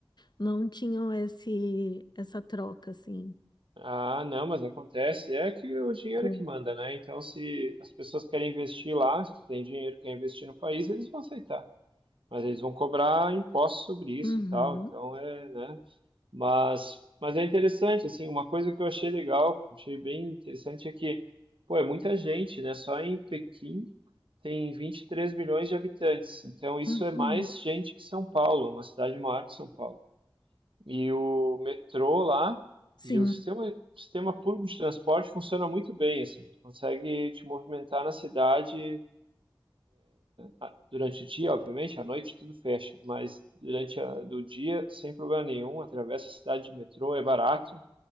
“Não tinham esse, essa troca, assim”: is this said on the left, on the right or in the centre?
Left